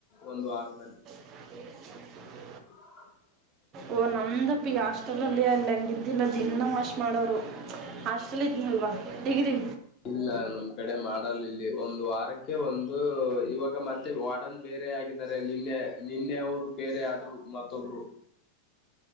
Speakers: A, on the left (about 35°); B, on the right (about 35°).
A: ಒಂದು ವಾರದಲ್ಲಿ
B: ಹ
A: <unintelligible>
B: <unintelligible> ಓ ನಮ್ದಪ್ಪ ಈಗ ಹಾಸ್ಟೆಲ್ಲ್ಲಿ ಅಲ್ಲಿ ಹಂಗ ಇದ್ದಿಲ್ಲ ದನ್ನ ವಾಶ್ ಮಾಡೋರು ಚಲ ಇದಿದನಲ್ವಾ ಡಿಗಿರಿ
A: ಹ್ಮ್ ಇ ನಮ್ ಕಡೆ ಮಾಡಲ್ ಇಲ್ಲಿ ಒಂದು ವಾರಕ್ಕೆ ಒಂದು ಇವಾಗ ಮತ್ತೆ ವಾಡನ್ ಬೇರೆ ಆಗ ಅಂದರೆ ಇಲ್ಲೇ ನಿನ್ನೆ ನಿನ್ನೆ ಅವರು ಬೇರೆ ಆದ್ರು ಮತ್ತೊಬ್ರು